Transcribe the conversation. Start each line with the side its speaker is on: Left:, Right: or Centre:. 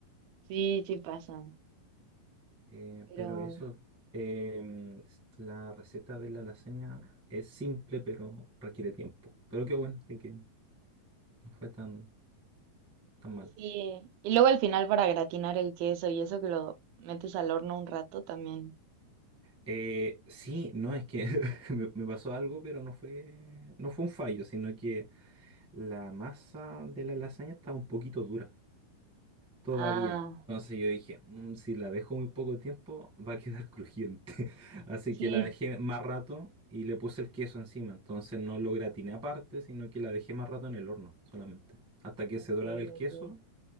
Right: Sí, sí pasan.
Centre: Eh,
Right: Pero
Centre: pero eso, em, s- la receta de la lasaña es simple, pero requiere tiempo. Pero qué bueno, de que no fue tan, tan mal.
Right: Sí, y luego al final para gratinar el queso y eso que lo metes al horno un rato también.
Centre: Eh, sí, no, es que <laughs> me, me pasó algo, pero no fue, no fue un fallo, sino que la masa de la lasaña estaba un poquito dura. todavía.
Right: Ah,
Centre: Entonces yo dije, "Mm, si la dejo muy poco tiempo, va a quedar crujiente. <laughs> Así
Right: sí.
Centre: que la dejé más rato y le puse el queso encima. Entonces no lo gratiné aparte, sino que la dejé más rato en el horno solamente. Hasta que se
Right: ok,
Centre: doraba el queso
Right: ok.